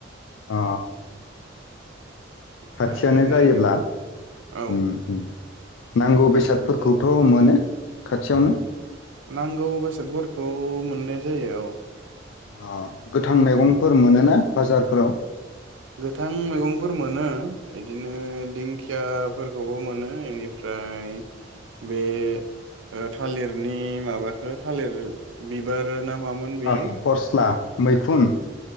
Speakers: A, on the left; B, on the right.
A: अ
B: ओमफ्राय
A: खाथियानो जायोब्ला
B: मोनजोबो औ
A: उम नांगौ
B: खाथियानो
A: बेसादफोरखौथ'
B: जायो
A: मोनो खाथियावनो
B: नांगौ बेसादफोरखौ मोननाय जायो औ
A: अ गोथां मैगंफोर मोनोना बाजारफोराव
B: गोथां मैगंफोर मोनो इदिनो दिंखिया फोरखौबो मोनो इनि फ्राय बे ओ थालिरनि माबाखो थालिर बिबार ना मामोन बेयो
A: ओं फस्ला मैखुन